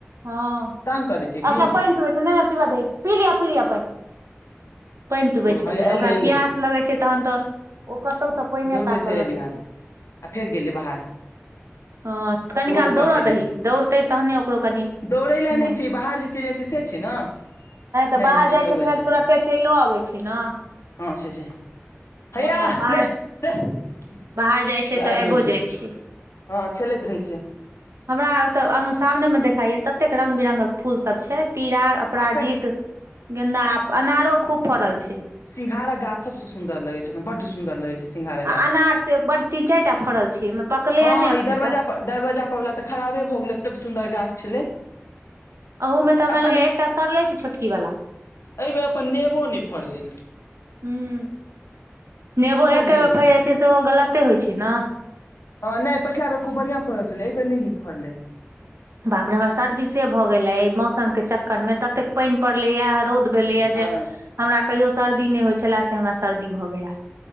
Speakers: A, on the right; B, on the left.
A: हँ
B: तंग करै छै की
A: अच्छा पानि पीबै छियै नहि आ पीब दही पी लिय पी लिय पानि। पानि पिबै
B: ओ
A: छलियै
B: हैया एले
A: ओकरा
B: एले
A: पियास लगै छैम तहन तऽ ओ कतौ से पानिये
B: दौड़ले
A: ताकऽ
B: सेरे
A: लगै
B: बिहार आ फेर गेलै बाहर।
A: हँ कनी
B: रोड
A: काल
B: पर
A: दौड़ऽ
B: गेलै
A: दही दौड़तै तहने ओकरो कनि
B: दौड़ै
A: अथी
B: लऽ नहि
A: मोन
B: छैय बाहर जे चलि जाय छैय से छैय न
A: तऽ
B: नहि
A: बाहर
B: नहि
A: जाइ
B: छै हौवे
A: फेर
B: छै
A: तुरते चलियो अबै छै ने
B: हँ छैय से
A: हँ
B: हैया
A: बाहर
B: लेह हैया
A: बाहर जाइ छै तऽ
B: आबियो गेलै
A: जाइ छै
B: ह खेलैत रहै छैय
A: हमरा ओतऽ आंगन सामने मे देखायये तते रंग बिरंगकऽ फूल सभ छैय तीरा अपराजित
B: अखन
A: गेन्दा आ अनारो खूब फड़ल छैय
B: सिंंघारक गाछ सभसँ सुन्दर लगै छैय बड्ड सुन्दर लगै छैय सिंघारक
A: आ
B: गाछ
A: अनार से बड तीन चाइर टा फड़ल छैय पकलै
B: हँ
A: ये नै एखन
B: ई दरवाजा
A: तक
B: पर दरवाजा पर वला तऽ खराबे भऽ गेलै एतेक सुन्दर गाछ छलै
A: अहू में तऽ हमरा
B: अपन
A: लगयये एकटा सड़लै छैय छोटकी बला
B: एहि बेेर अपन नेबो नहि फड़लै
A: <inaudible> <inaudible> नेबो एके
B: नहि
A: बेर
B: एबेर
A: फैड़ जाय छैय सेहो गलते होय छैय न
B: हँ नै पछिला बेर खूब बढ़ियां फड़ल छलै आइ बेर नै नीक फड़लै
A: बाप रे बाप सर्दी से भऽ गेल अइ मौसम केँ चक्कर में ततेक पाइन पड़लै या रौद भेलैये
B: हँ
A: जे <inaudible> हमरा कहियो सर्दी नै होय छलय से हमरा सर्दी भऽ गेल